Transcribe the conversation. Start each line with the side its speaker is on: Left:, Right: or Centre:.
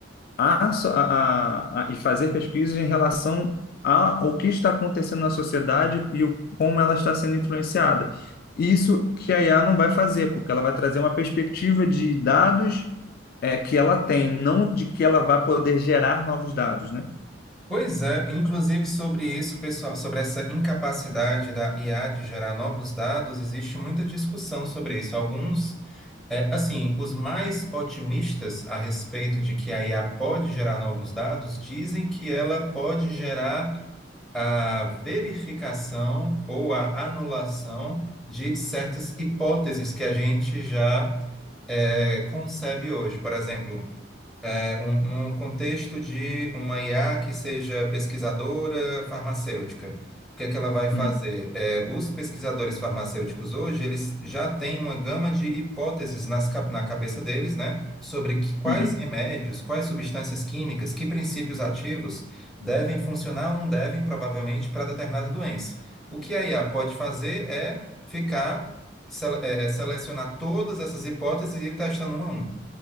Left: a, so- a, a, a- e fazer pesquisas em relação a o que está acontecendo na sociedade e o, como ela está sendo influenciada. Isso que a IA não vai fazer, porque ela vai trazer uma perspectiva de dados é que ela tem, não de que ela vai poder gerar novos dados, né?
Centre: Pois é, inclusive sobre isso, pessoal, sobre essa incapacidade da IA de gerar novos dados, existe muita discussão sobre isso. Alguns, é, assim, os mais otimistas a respeito de que a IA pode gerar novos dados dizem que ela pode gerar a verificação ou a anulação de certas hipóteses que a gente já, é, concebe hoje. Por exemplo, é, um, num contexto de uma IA que seja pesquisadora farmacêutica, o que é que ela vai fazer?
Left: Uhum,
Centre: É, os pesquisadores farmacêuticos hoje, eles já têm uma gama de hipóteses nas, ca- na cabeça deles, né, sobre que- quais
Left: uhum.
Centre: remédios, quais substâncias químicas, que princípios ativos devem funcionar ou não devem, provavelmente, para determinada doença. O que a IA pode fazer é ficar, sele- é, selecionar todas essas hipóteses e ir testando uma a uma